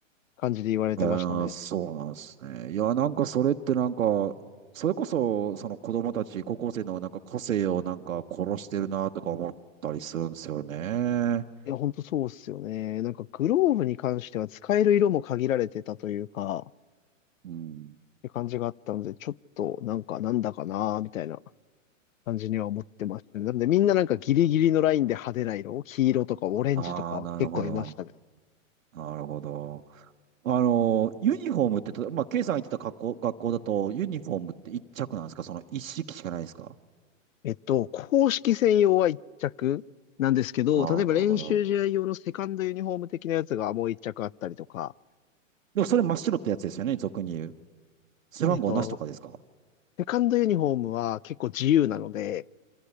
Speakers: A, on the left; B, on the right.
A: 感じで言われてましたね。
B: あーそうなんですね。いや、なんかそれってなんか、それこそ、その子供たち、高校生のなんか個性をなんか殺してるなとか思ったりするんですよね。
A: いや、ほんとそうっすよね。なんかグローブに関しては使える色も限られてたというか、っ
B: うん。
A: て感じがあったので、ちょっとなんかなんだかなーみたいな感じには思ってましたね。なんでみんななんかギリギリのラインで派手な色、黄色とかオレンジとか結構いましたね。
B: ああ、なるほど。なるほど。あの、ユニフォームって、たまあ、ケイさんが言ってた学校、学校だと、ユニフォームって一着なんですかその一式しかないですか
A: えっと、公式専用は1着なんですけど、
B: ああー、
A: 例えば練習試合用のセカンドユニフォーム的なやつがもう1着あったりとか、
B: なるほど。でもそれ真っ白ってやつですよね、俗に言う。背番号なしとかですか
A: えっと、セカンドユニフォームは結構自由なので、